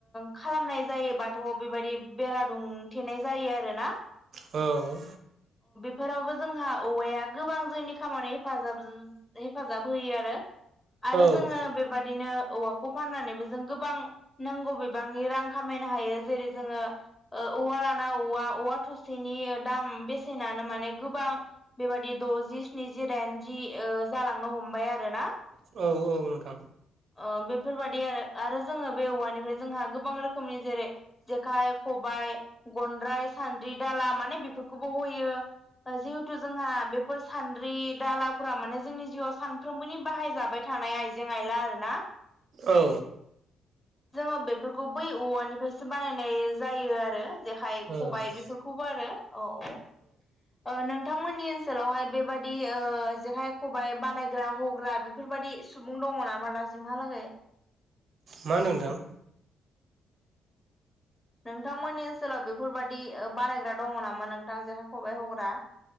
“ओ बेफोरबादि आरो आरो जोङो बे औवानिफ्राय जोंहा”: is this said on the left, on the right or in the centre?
Left